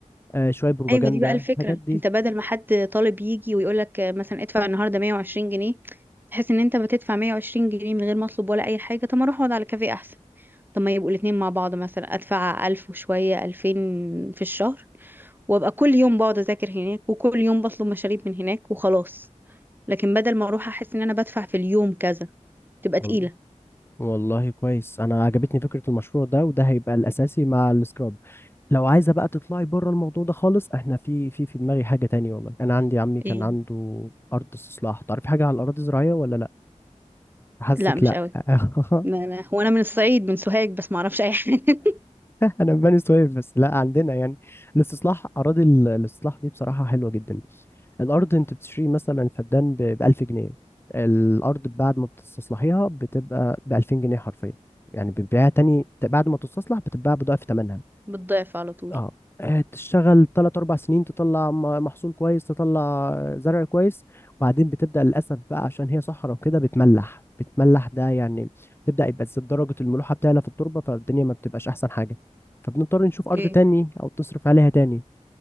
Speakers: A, on the left; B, on the right.
A: آه شويه بروباجندا
B: ايوه دي بقى الفكره
A: الحاجات دي
B: انت بدل ما حد طالب يجي ويقول لك مثلا ادفع النهارده 120 جنيه تحس ان انت بتدفع 120 جنيه من غير ما اطلب ولا اي حاجه طب ما اروح اقعد على كافيه احسن طب ما يبقوا الاتنين مع بعض مثلا ادفع 1000 وشويه 2000 في الشهر وابقى كل يوم بقعد اذاكر هناك وكل يوم بطلب مشاريب من هناك وخلاص لكن بدل ما اروح احس ان انا بدفع في اليوم كذا تبقى
A: وال-
B: تقيله
A: والله كويس انا عجبتني فكره المشروع ده وده هيبقى الاساسي مع السكراب لو عايزه بقى تطلعي بره الموضوع ده خالص احنا في في في دماغي حاجه تانية والله انا عندي عمي كان
B: ايه
A: عنده ارض استصلاح تعرفي حاجه على الاراضي الزراعيه ولا لا حاسك
B: لا مش
A: لا
B: قوي
A: <laughs>
B: لا لا هو انا من الصعيد من سوهاج بس ما اعرفش اي حاجه <laughs>
A: انا من بني سويف بس لا عندنا يعني الاستصلاح اراضي ال- الاستصلاح دي بصراحه حلوه جدا الارض انت بتشتري مثلا فدان ب 1000 جنيه الارض بعد ما بتستصلحيها بتبقى ب 2000 جنيه حرفيا يعني بتبيعها تاني بعد ما تستصلح بتتباع بضعف ثمنها
B: بتضيف على طول
A: اه آه، تشتغل تلات أربع سنين تطلع م- محصول كويس تطلع زرع كويس وبعدين بتبدأ للأسف بقى عشان هي صحراء وكده بتملح بتملح ده يعني بتبدأ يبقى س- درجة الملوحة بتعلى في التربة فالدنيا ما بتبقاش أحسن حاجة فبنضطر نشوف
B: اوكي
A: أرض تاني أو تصرف عليها تاني